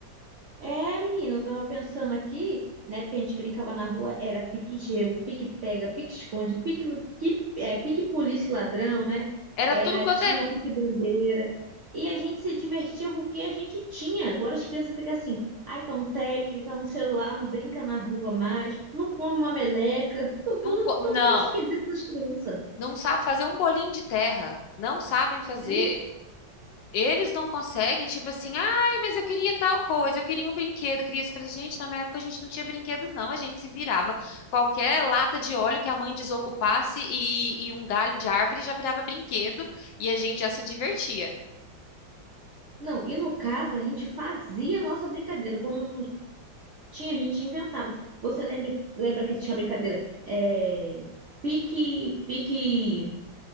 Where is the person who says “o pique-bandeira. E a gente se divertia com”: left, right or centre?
Right